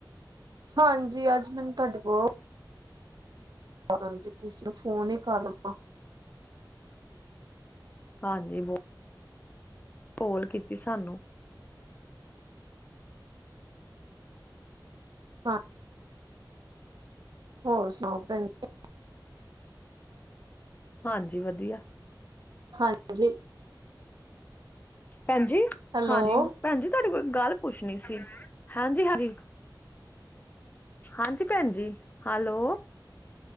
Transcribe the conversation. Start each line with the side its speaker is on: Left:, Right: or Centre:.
Right: ਹਾਂਜੀ। ਅੱਜ ਮੈਨੂੰ ਤੁਹਾਡੇ ਬੋਤ <unintelligible> ਫ਼ੋਨ ਹੀ ਕਰ ਲਵਾਂ।
Left: ਹਾਂਜੀ। ਬਹੁਤ ਕੋਲ ਕੀਤੀ ਸਾਨੂੰ।
Right: ਹਾਂ, ਹੋਰ ਸੁਣਾਓ ਭੈਣ ਜੀ
Left: ਹਾਂਜੀ। ਵਧੀਆ।
Right: ਹਾਂਜੀ।
Left: ਭੈਣ ਜੀ
Right: ਹੈਲੋ
Left: ਹਾਂਜੀ। ਭੈਣ ਜੀ ਤੁਹਾਡੇ ਕੋਈ ਗੱਲ ਪੁੱਛਣੀ ਸੀ ਹਾਂਜੀ। ਹਾਂਜੀ। ਹਾਂਜੀ। ਭੈਣ ਜੀ hello.